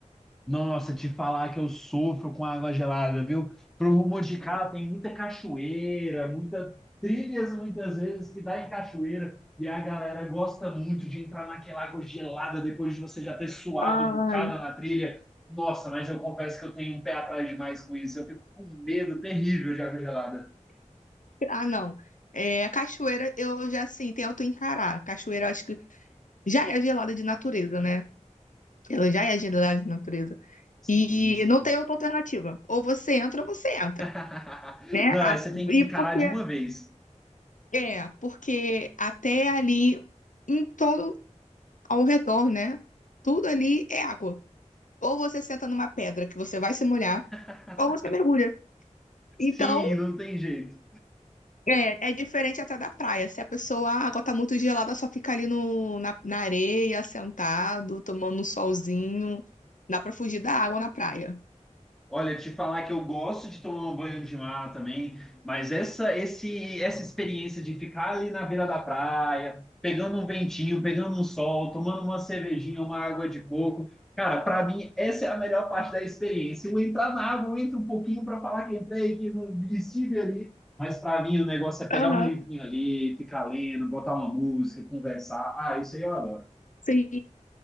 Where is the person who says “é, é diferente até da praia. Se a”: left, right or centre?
Left